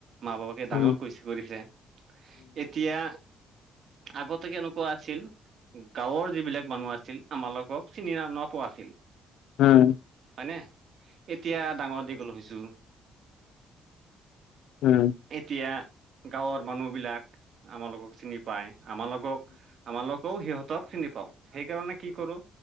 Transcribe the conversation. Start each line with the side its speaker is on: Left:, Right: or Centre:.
Right: মা বাপাকে ডাঙৰ
Left: উম
Right: কৰিছ কৰিছে। এতিয়া আগতে কেনেকোৱা‌ আছিল ও গাঁৱৰ যিবিলাক মানুহ আছিল আমালোকক চিনি ন পোৱা আছিল।
Left: হুম।
Right: হয়নে? এতিয়া ডাঙৰ দীঘল হৈছো।
Left: উম
Right: এতিয়া গাঁৱৰ মানুহবিলাক আমালোকক চিনি পায় আমালোকক আমালোক কৌ সিহঁতক চিনি পাওঁ সেইকাৰণে কি কৰো